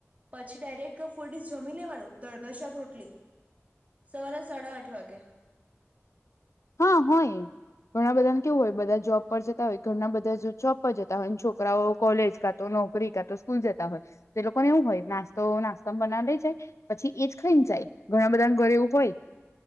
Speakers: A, on the right; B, on the left.
A: પછી ડાયરેક્ટ ફૂડ જમી લેવાનું દાળ, ભાત, શાક રોટલી સવારા સાડા આઠ વાગે.
B: હા હોય ઘણા બધાને કેવું હોય બધા જોબ પર જતા હોય ઘરના બધા જોબ પર જતા હોય છોકરાઓ કોલેજ કા તો નોકરી કાતો સ્કૂલ જતા હોય તો લોકોને એવું હોય નાસ્તો નાસ્તા બનાવ લઈ જાય પછી એજ ખઈને જાય. ઘણા બધાને ઘરે એવું હોય.